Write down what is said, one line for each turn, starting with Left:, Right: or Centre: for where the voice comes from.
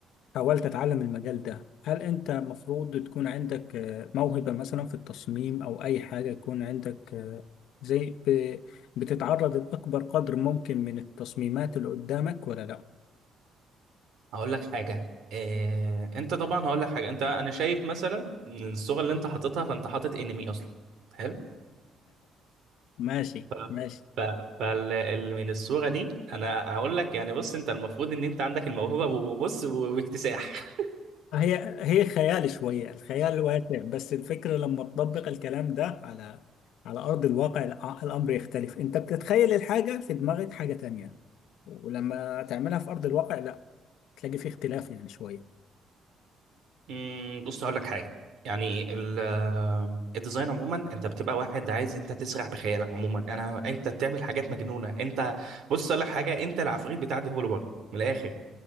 Left: حاولت اتعلم المجال ده هل انت مفروض تكون عندك آه، موهبة مثلا في التصميم او اي حاجة يكون عندك آه، زي ب- بتتعرض لاكبر قدر ممكن من التصميمات اللي قدامك ولا لا
Right: هقول لك حاجه إيه... انت طبعا هقول لك حاجه انت انا شايف مثلا إن الصوره اللي انت حاططها فانت حاطط انمي اصلا حلو
Left: ماشي
Right: ف...
Left: ماشي
Right: ف... فال... ال- من الصورة دي انا هقول لك يعني بص انت المفروض ان انت عندك الموهبة وبص واكتساح
Left: هي هي خيال شوية الخيال واسع بس الفكرة لما تطبق الكلام ده على على أرض الواقع الأ- الأمر يختلف أنت بتتخيل الحاجة في دماغك حاجة تانية ولما تعملها في أرض الواقع لا تلاقي فيه اختلاف يعني شوية
Right: أمم، بص هقول لك حاجة يعني ال... آه، الديزاين عموما انت بتبقى واحد عايز انت تسرح بخيالك عموما انا انت بتعمل حاجات مجنونة انت بص اقول لك حاجة انت العفريت بتاع ديفولبر من الاخر